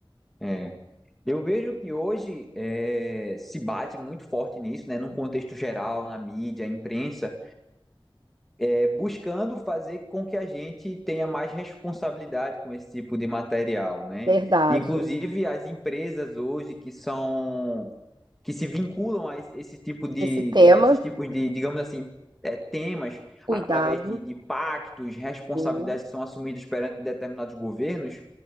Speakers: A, in the centre; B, on the right.
A: É. Eu vejo que hoje é, se bate muito forte nisso, né? Num contexto geral, na mídia, imprensa é, buscando fazer com que a gente tenha mais responsabilidade com esse tipo de material, né?
B: Verdade.
A: Inclusive as empresas hoje que são que se vinculam a esse, esse tipo de,
B: Esse tema,
A: a esses tipos de, digamos assim, é, temas
B: cuidado,
A: através de, de pactos, responsabilidades
B: sim,
A: que são assumidas perante determinados governos,